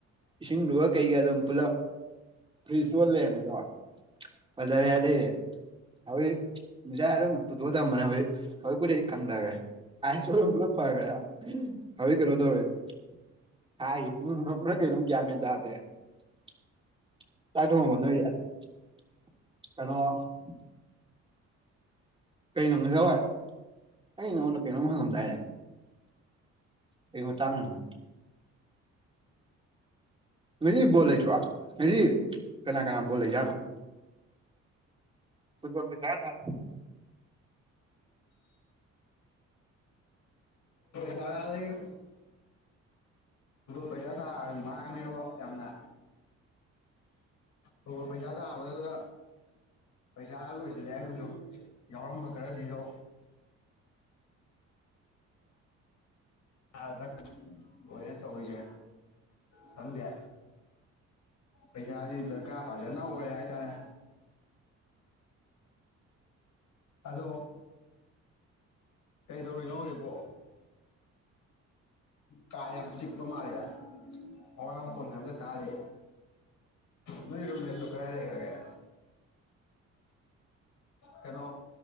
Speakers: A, on the right; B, on the left.
A: ꯏꯁꯤꯡꯗꯨꯒ ꯀꯩꯀ ꯑꯗꯨꯝ ꯄꯨꯜꯂꯞ ꯐ꯭ꯔꯤ ꯆꯣꯜꯂꯦꯅꯦꯗꯣ ꯍꯖꯥꯔ ꯌꯥꯗꯔꯦ ꯍꯧꯖꯤꯣꯏ ꯃꯁꯥꯏ ꯑꯗꯨꯝ ꯄꯨꯊꯣꯛꯑ ꯊꯝꯕꯅꯦ ꯍꯧꯖꯤ ꯍꯧꯖꯤꯣꯏꯕꯨꯗꯤ ꯀꯪꯗꯈ꯭ꯔꯦ ꯑꯥꯏꯁꯨ ꯄꯨꯂ ꯄꯒ ꯍꯧ ꯀꯩꯅꯗꯧꯦ ꯀ ꯇꯥꯏ ꯊꯅ ꯀꯩꯅꯣ ꯀꯩꯅꯣꯖꯋꯥꯏ ꯑꯩ ꯅꯉꯣꯟꯗ ꯀꯩꯅꯣꯝ ꯍꯪꯉꯝꯗꯥꯏꯔꯦ ꯑꯩꯃ ꯇꯥꯡꯥꯡꯅꯅ ꯃꯤ ꯣꯂ ꯇ꯭ꯔꯥ ꯉ ꯀꯅꯥ ꯀꯅꯥ ꯣꯂ ꯌꯥꯅ ꯇꯗ ꯀꯌꯥ
B: ꯖꯥꯔꯦ ꯕꯖꯥ ꯊ ꯃꯥꯡꯉꯦꯕ ꯌꯥꯝꯅ ꯑꯣ ꯄꯩꯁꯥꯗꯕꯗꯗ ꯄꯩꯁꯥ ꯂꯣꯏꯁꯤꯜꯂꯦ ꯍꯥꯏꯕꯁꯨ ꯌꯥꯎꯔꯝꯕ ꯈꯔꯁꯤꯁꯨ ꯗ ꯂꯣꯏꯅ ꯇꯧꯔꯤꯁꯦ ꯊꯝꯕ ꯄꯩꯁꯥꯁꯤ ꯗꯔꯀꯥꯔ ꯐꯖꯅ ꯑꯣꯏꯔꯦ ꯍꯥꯏꯇꯥꯔꯦ ꯑꯗꯣ ꯀꯩꯗꯧꯔꯤꯅꯣ ꯍꯧꯖꯤꯕꯣ ꯀꯥ ꯌꯥꯝ ꯆꯤꯛꯄ ꯃꯥꯜꯂꯦ ꯑꯋꯥꯡ ꯃꯈꯨꯟ ꯑꯝꯇ ꯇꯥꯔꯤ ꯅ ꯔꯣꯃꯦ ꯇꯨ ꯀ ꯂꯔꯒꯦ ꯀꯩꯅꯣ